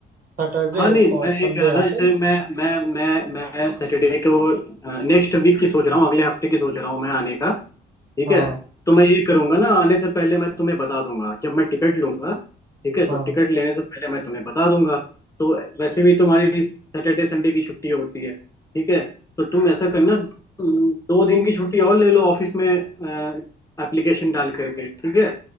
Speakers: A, on the right; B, on the left.
A: सैटरडे
B: हाँ नहीं
A: और
B: मैं
A: संडे
B: ये कह रहा
A: आते
B: था जैसे
A: हैं।
B: मैं मैं मैं मैं सैटरडे को नेक्स्ट वीक की सोच रहा हूँ अगले हफ्ते की सोच रहा हूँ मैं आने का ठीक
A: हाँ
B: है तो मैं ये करूंगा ना आने से पहले मैं तुम्हें बता दूंगा जब मैं टिकट लूंगा ठीक है
A: हाँ
B: तो टिकट लेने से पहले मैं तुम्हें बता दूंगा तो वैसे भी तुम्हारी सैटरडे संडे की छुट्टी होती है ठीक है तो तुम ऐसा करना तुम दो दिन की छुट्टी और ले लो ऑफिस में एप्लीकेशन डाल करके ठीक है